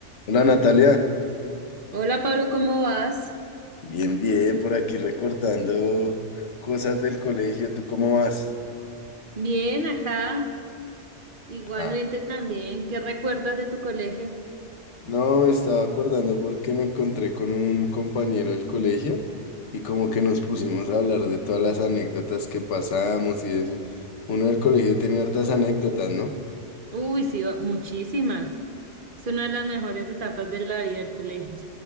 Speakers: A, on the left (about 75°); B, on the right (about 50°).
A: Hola Natalia,
B: Hola Pablo, ¿cómo vas?
A: bien, bien, por aquí recordando cosas del colegio, ¿tú cómo vas?
B: Bien, acá. Igualmente
A: Ah,
B: también. ¿Qué recuerdas de tu colegio?
A: No, me estaba acordando porque me encontré con un compañero del colegio y como que nos pusimos a hablar de todas las anécdotas que pasamos y eso. Uno del colegio tiene hartas anécdotas, ¿no?
B: Uy, sí, va- muchísimas. Es una de las mejores etapas de la vida del colegio.